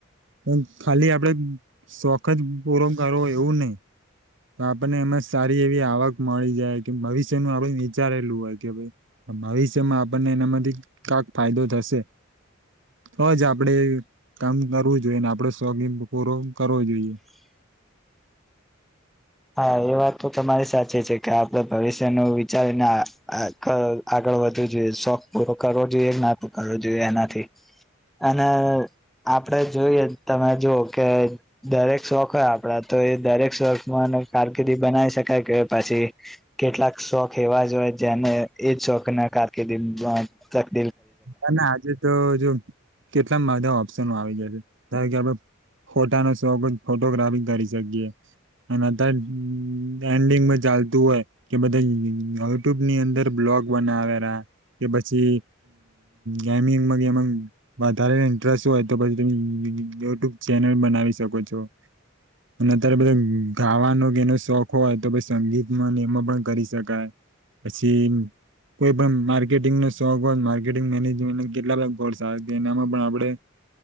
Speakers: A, on the right; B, in the centre.
A: પણ ખાલી આપડે શોખ જ પૂરો કરવો એવું નહી. તો આપણને એમાં સારી એવી આવક મળી જાય કે ભવિષ્યનું આપડું વિચારેલું હોય કે ભાઈ ભવિષ્યમાં આપણને એનામાંથી કાક ફાયદો થશે. તોજ આપડે કામ કરવું જોઈએ ને આપડો સોગીંગ પૂરો કરવો જોઈએ.
B: <inaudible> હા એ વાત તો તમારી સાચી છે કે આપડે ભવિષ્યનું વિચારીને આ આગ આગ ળ વધવું જોઈએ શોખ પૂરો કરવો જોઈએ ના પ કરવો જોઈએ એનાથી. અને આપડે જોઈએ તમે જોઓ કે દરેક શોખ હોય આપડા, તો એ દરેક શોક માન કારકિર્દી બનાવી શકાય કે પછી કેટલાક શોખ એવા જ હોય જેને એજ શોખ ના કારકિર્દી બ કર
A: ના ના આજે તો જો કેટલા મધા ઓપ્શનો આવી ગ્યા છે ધારે કે આપડો ફોટા નો શોખ હોય તો ફોટોગ્રાફી કરી શકીએ અને તડ એન્ડિંગ માં જા હાલતું હોય કે બધા યુટ્યુબ ની અંદર બ્લોગ બનાવેરા કે પછી ગેમિંગમાં ગેમાં વધારે ઇન્ટરેસ્ટ હોય તો પછીની યુટ્યુબ ચેનલ બના વી શકો છો. અને અત્યારે બધ ગાવાનો કે એનો શોખ હોય તો પહિ સંગીતમાં ને એમાં પણ કરી શકાય. પછી, કોઈ પણ માર્કેટિંગ નો શોખ હોય મા ર્કેટિંગ મેનેજમેન્ટ ને કેટલા ગોડ્સ આવે તે એનામાં પણ આપણે